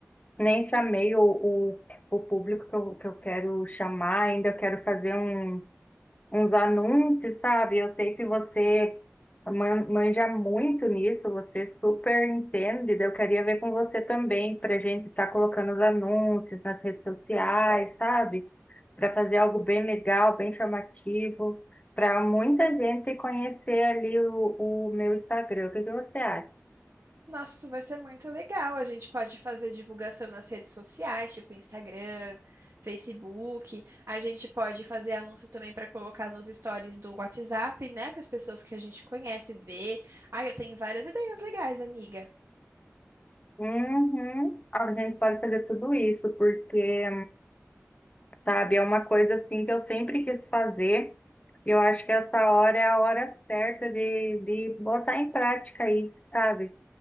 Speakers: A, on the left; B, on the right.
A: nem chamei o, o, o público que eu, que eu quero chamar, ainda quero fazer um uns anúncios, sabe? Eu sei que você man- manja muito nisso, você super entende. daí Eu queria ver com você também, para a gente estar colocando os anúncios nas redes sociais, sabe? Para fazer algo bem legal, bem chamativo, para muita gente conhecer ali o, o meu Instagram. O que que você acha?
B: Nossa, isso vai ser muito legal. A gente pode fazer divulgação nas redes sociais, tipo Instagram, Facebook. A gente pode fazer anúncios também para colocar nos stories do WhatsApp, né? Para as pessoas que a gente conhece ver. Ai, eu tenho várias ideias legais, amiga.
A: Uhum. A gente pode fazer tudo isso, porque, sabe, é uma coisa assim que eu sempre quis fazer. Eu acho que essa hora é a hora certa de, de botar em prática isso, sabe?